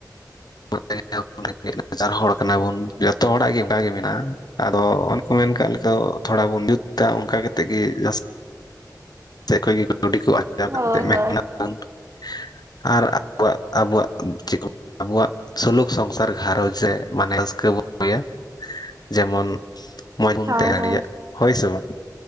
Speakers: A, on the left; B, on the right.
A: <unintelligible> ᱱᱟᱪᱟᱨ ᱦᱚᱲ ᱠᱟᱱᱟ ᱵᱚᱱ ᱡᱚᱛᱚ ᱦᱚᱲᱟᱜ ᱜᱮ ᱚᱱᱠᱟ ᱜᱮ ᱢᱮᱱᱟᱜᱼᱟ ᱟᱫᱚ ᱚᱱᱮ ᱠᱚ ᱢᱮᱱ ᱠᱟᱜ ᱞᱮᱠᱟ ᱛᱷᱚᱲᱟ ᱵᱚᱱ ᱡᱩᱛ ᱛᱟ ᱚᱱᱠᱟ ᱠᱟᱛᱮᱜ ᱜᱮ ᱡᱟᱹᱥ ᱪᱮᱫ ᱠᱷᱚᱡ ᱜᱮ ᱠᱟᱹᱣᱰᱤ ᱠᱚ ᱟᱨᱡᱟᱣ
B: ᱦᱳᱭ
A: ᱠᱟᱛᱮ ᱢᱮ
B: ᱦᱳᱭ
A: <unintelligible> ᱟᱨ ᱟᱵᱚᱣᱟᱜ ᱟᱵᱚᱣᱟᱜ ᱪᱮᱫ ᱠᱚ? ᱟᱵᱚᱣᱟᱜ ᱥᱩᱞᱩᱠ ᱥᱚᱝᱥᱟᱨ ᱜᱷᱟᱨᱚᱸᱡᱽ ᱡᱮ ᱢᱟᱱᱮ ᱨᱟᱹᱥᱠᱟᱹ ᱵᱚᱱ ᱟᱜᱩᱭᱟ᱾ ᱡᱮᱢᱚᱱ ᱢᱚᱸᱡᱽ ᱵᱚᱱ
B: ᱦᱳᱭ
A: ᱛᱟᱦᱮᱸ ᱫᱟᱲᱮᱭᱟᱜ
B: ᱦᱳᱭ
A: ᱦᱳᱭ ᱥᱮ ᱵᱟᱝ